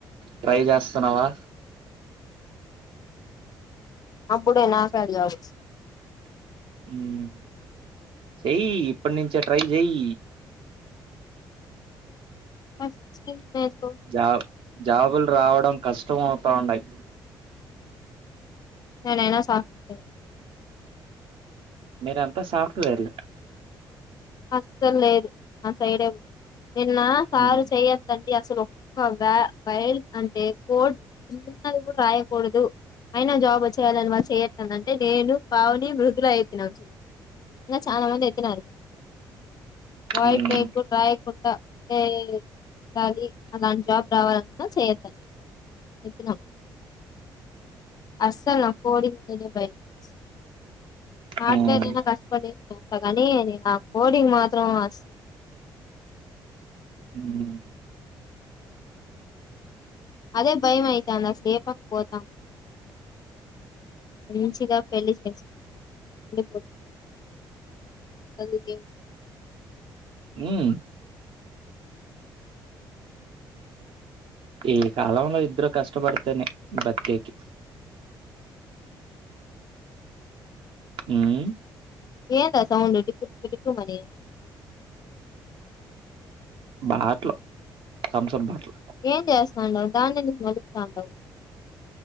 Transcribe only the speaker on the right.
ట్రై చేస్తన్నవా
మ్మ్ చేయ్ ఇప్పుడు నుంచే ట్రై చెయ్
జాబ్ జాబులు రావడం కష్ ష్టమవుతా ఉన్నాయి
మీరు అంతా సాఫ్ట్ వేర్
ఉమ్
ఉమ్
ఉమ్
ఉమ్
మ్మ్ ఈ కాలంలో ఇద్దరు కష్టపడితేనే బతికేకి మ్మ్
బాట్లో తమ్సప్ బాట్లు